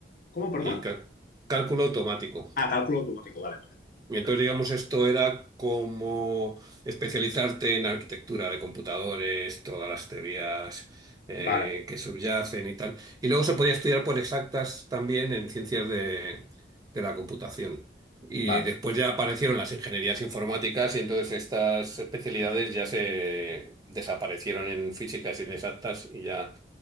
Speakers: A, on the left (about 50°); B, on the right (about 20°).
A: ¿Cómo, perdón?
B: Y en cal- cálculo automático
A: Ah, cálculo automático, vale, vale.
B: y entonces, digamos, esto era como especializarte en arquitectura de computadores, todas las teorías eh,
A: Vale,
B: que subyacen y tal. Y luego se podía estudiar por exactas también en ciencias de, de la computación. Y
A: vale.
B: después ya aparecieron las ingenierías informáticas y entonces estas especialidades ya se desaparecieron en físicas inexactas y ya